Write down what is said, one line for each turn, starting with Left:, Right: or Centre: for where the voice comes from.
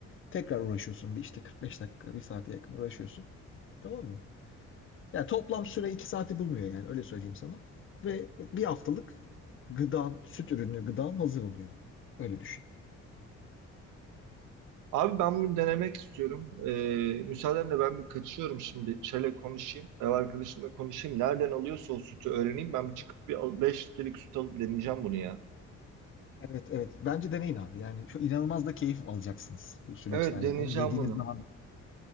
Left: tekrar uğraşıyorsun bir işte 45 dakika bir saate yakın uğraşıyorsun. Tamam mı? Yani toplam süre 2 saati bulmuyor yani öyle söyleyeyim sana. Ve bir haftalık gıdan, süt ürünü gıdan hazır oluyor. Öyle düşün.
Right: Abi ben bunu denemek istiyorum. Ee, müsaadenle ben bir kaçıyorum şimdi. Çele konuşayım. Ev arkadaşımla konuşayım. Nereden alıyorsa o sütü öğreneyim. Ben bir çıkıp bir 5 litrelik süt alıp deneyeceğim bunu ya.
Left: Evet evet. Bence deneyin abi. Yani şu inanılmaz da keyif alacaksınız bu süreçten.
Right: Evet
Left: Yani
Right: deneyeceğim
Left: onu yediğiniz
Right: bunu.
Left: zaman